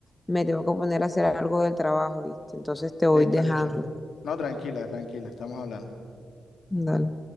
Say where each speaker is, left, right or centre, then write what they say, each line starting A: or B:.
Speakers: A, on the left; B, on the left.
A: me tengo que poner a hacer algo del trabajo, ¿viste? Entonces te voy
B: listo,
A: dejando.
B: listo. No, tranquila, tranquila, estamos hablando.
A: Dale.